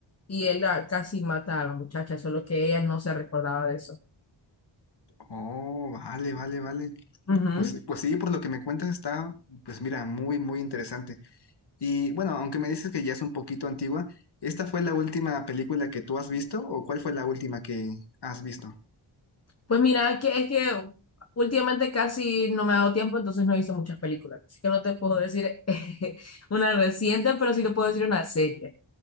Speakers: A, on the left; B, on the left.
A: y él la- casi mata a la muchacha, solo que ella no se recordaba de eso.
B: Oh, vale, vale, vale.
A: Ujú.
B: Pues, pues sí, por lo que me cuentas está, pues mira, muy, muy interesante. Y bueno, aunque me dices que ya es un poquito antigua, ¿esta fue la última película que tú has visto o cuál fue la última que has visto?
A: Pues mira, que es que últimamente casi no me ha dado tiempo, entonces no he visto muchas películas, así que no te puedo decir <laughs> una reciente, pero sí te puedo decir una serie,